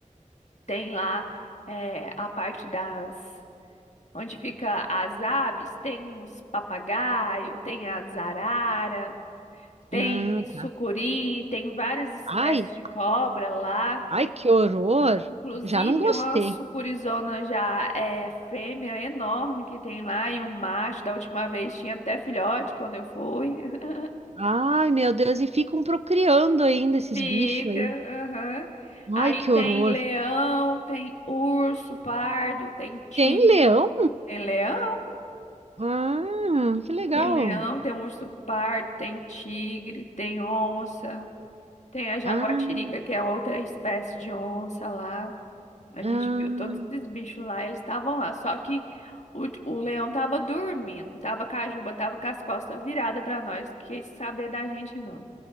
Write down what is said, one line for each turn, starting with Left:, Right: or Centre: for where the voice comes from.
Left: tem lá é, a parte das... Onde fica as aves, tem uns papagaio, tem as arara, tem
Right: Ah,
Left: sucuri,
Right: tá.
Left: tem várias espécies
Right: Ai,
Left: de cobra lá.
Right: ai, que horror!
Left: Inclusive,
Right: Já não gostei.
Left: uma sucurizona já é fêmea enorme que tem lá, e um macho, da última vez tinha até filhote quando eu fui. <laughs>
Right: Ai, meu Deus, e ficam procriando ainda esses
Left: Fica,
Right: bichos aí.
Left: aham.
Right: Ai,
Left: Aí
Right: que horror!
Left: tem leão, tem urso pardo, tem tigre,
Right: Tem leão?
Left: tem leão,
Right: Ah, que legal!
Left: tem leão, tem urso pardo, tem tigre, tem onça, tem a jaguatirica,
Right: Ah,
Left: que é outra espécie de onça lá. A
Right: ah,
Left: gente viu todos esses bichos lá, eles estavam lá. Só que o, o leão tava dormindo, tava com a juba, tava com as costas viradas pra nós, quis saber da gente não.